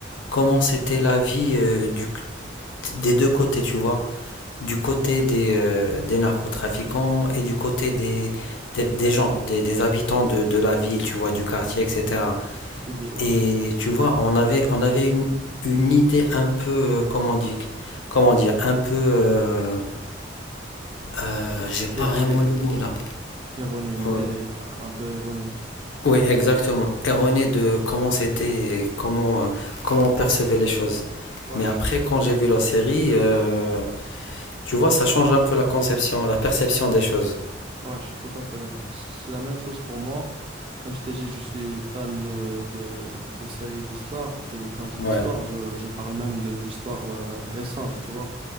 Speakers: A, on the left; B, on the right.
A: comment c'était la vie euh, du, des deux côtés, tu vois. Du côté des, euh, des narcotrafiquants et du côté des, des, des gens, des, des habitants de, de la ville, tu vois, du quartier, etc.
B: Civil, ouais.
A: Et tu vois, on avait, on avait une, une idée un peu, euh, comment dire, comment dire, un peu, euh, euh,
B: Euh,
A: j'ai pas
B: Erroné.
A: vraiment le mot là.
B: Erroné, une idée
A: Euh,
B: un peu erronée.
A: Oui, exactement. Erroné de comment c'était, et comment, euh, comment on percevait les choses.
B: Ouais,
A: Mais
B: je
A: après,
B: suis tout
A: quand
B: à fait
A: j'ai
B: d'accord.
A: vu la série, euh, tu vois, ça change un peu la conception, la perception des choses.
B: Ouais, je suis tout à fait d'accord. C- C'est la même chose pour moi. Comme je t'ai dit, je suis fan de, de, de séries d'histoire. Et quand je dis
A: Ouais,
B: histoire, je, je parle même de, d'histoire euh, récente, tu vois.